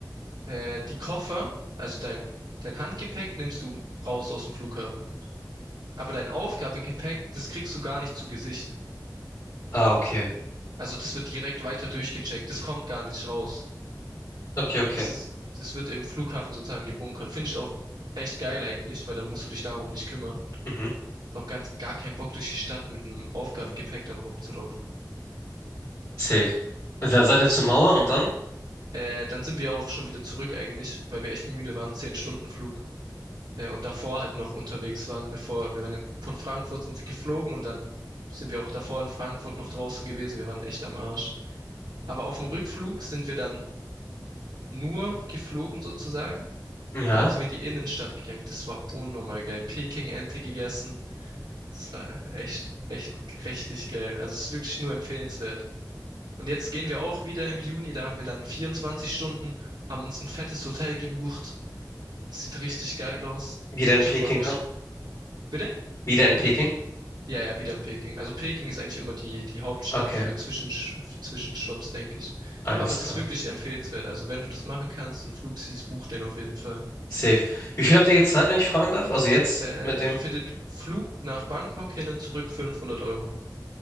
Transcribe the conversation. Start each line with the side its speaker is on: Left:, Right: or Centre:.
Right: äh, die Koffer, also dein, dein Handgepäck nimmst du raus aus dem Flughafen. Aber dein Aufgabegepäck, das kriegst du gar nicht zu Gesicht.
Left: Ah, okay.
Right: Also das wird direkt weiter durchgecheckt. Das kommt gar nicht raus.
Left: Okay, okay.
Right: Das ist, das wird im Flughafen sozusagen gebunkert. Finde ich auch echt geil eigentlich, weil dann musst du dich darum nicht kümmern.
Left: Mhm.
Right: Ist auch ganz gar kein Bock durch die Stadt mit einem Aufgabegepäck dann rumzulaufen.
Left: Safe. Also dann seid ihr zur Mauer und dann?
Right: Äh, dann sind wir auch schon wieder zurück eigentlich, weil wir echt müde waren. Zehn Stunden Flug. äh, und davor halt noch unterwegs waren, bevor wir waren in, von Frankfurt sind wir geflogen und dann sind wir auch davor in Frankfurt noch draußen gewesen. Wir waren echt am Arsch. Aber auf dem Rückflug sind wir dann nur geflogen sozusagen
Left: Ja.
Right: und dann sind wir in die Innenstadt gegangen. Das war unnormal geil. Peking-Ente gegessen. Das war echt, echt richtig geil. Also es ist wirklich nur empfehlenswert. Und jetzt gehen wir auch wieder im Juni. Da haben wir dann 24 Stunden, haben uns ein fettes Hotel gebucht. Sieht richtig geil aus.
Left: Wieder
Right: Boah,
Left: in
Right: ich
Left: Peking
Right: freue mich.
Left: dann?
Right: Bitte?
Left: Wieder in Peking?
Right: Ja, ja, wieder in Peking. Also Peking ist eigentlich immer die, die Hauptstadt
Left: Okay,
Right: für Zwischensch Zwischenstopps, denke ich.
Left: alles
Right: Aber es
Left: klar.
Right: ist wirklich empfehlenswert. Also wenn du das machen kannst, einen Flug siehst, buch den auf jeden Fall.
Left: Safe. Wie viel habt ihr gezahlt, wenn ich fragen darf? Also jetzt
Right: Äh,
Left: mit dem
Right: für den Flug nach Bangkok hin und zurück 500 Euro.